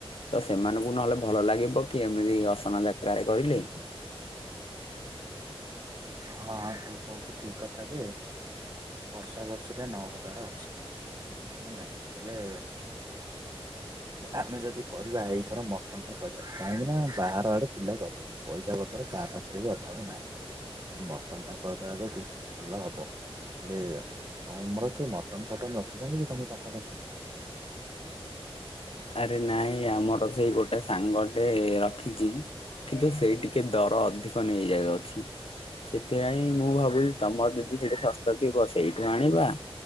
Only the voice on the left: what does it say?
ତ ସେମାନଙ୍କୁ ନହେଲେ ଭଲ ଲାଗିବ କି ଏମିତି ଅସମାନଟା ରେ କରିଲେ।
ଆରେ ନାଇଁ ଆମର ସେଇ ଗୋଟେ ସାଙ୍ଗ ଟେ ର ଖିଚି। କିନ୍ତୁ ସେ ଟିକିଏ ଦର ଅଧିକ ନେଇଯାଉଏ ଅଛି। ସେଥିପାଇଁ ମୁଁ ଭାବୁଚି ତମର ଯଦି ସେଟି ଶସ୍ତା ଥିବ ସେଇଠୁ ଆଣିବା?